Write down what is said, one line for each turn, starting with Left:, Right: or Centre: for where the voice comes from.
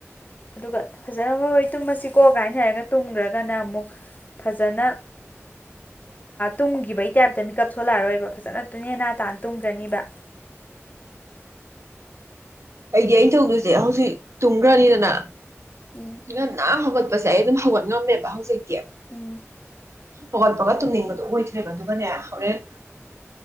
Left: ꯑꯗꯨꯒ ꯐꯖꯅ ꯃꯈꯣꯏ ꯇꯨꯝꯃꯁꯤꯀꯣ ꯀꯥꯏꯅ ꯍꯥꯏꯔꯒ ꯇꯨꯝꯗ꯭ꯔꯒꯅ ꯑꯃꯨꯛ ꯐꯖꯅ ꯇꯨꯝꯈꯤꯕꯒꯤ ꯇꯥꯏꯞꯇ ꯃꯤꯀꯞ ꯁꯣꯜꯂꯛꯑꯔꯣꯏꯕ ꯐꯖꯅ ꯇꯨꯅꯦ ꯅꯥ ꯇꯥꯅ ꯇꯨꯡꯗ꯭ꯔꯅꯤꯕ
Right: ꯑꯩꯗꯤ ꯑꯩꯅ ꯇꯧꯗꯣꯏꯁꯦ ꯍꯧꯖꯤꯛ ꯇꯨꯝꯈ꯭ꯔꯅꯤꯗꯅ
Left: ꯎꯝ
Right: ꯉꯅꯥ ꯍꯧꯒ ꯁꯦ ꯑꯩ ꯑꯗꯨꯝ ꯍꯧꯒꯠ ꯉꯝꯃꯦꯕ ꯍꯧꯖꯤꯛꯀꯤ
Left: ꯎꯝ
Right: ꯍꯧꯒꯣꯟꯄꯒ ꯇꯨꯝꯅꯤꯡꯕꯗꯣ ꯑꯣꯏꯈ꯭ꯔꯦꯕ ꯑꯗꯨꯒꯅꯦ ꯍꯣꯔꯦꯟ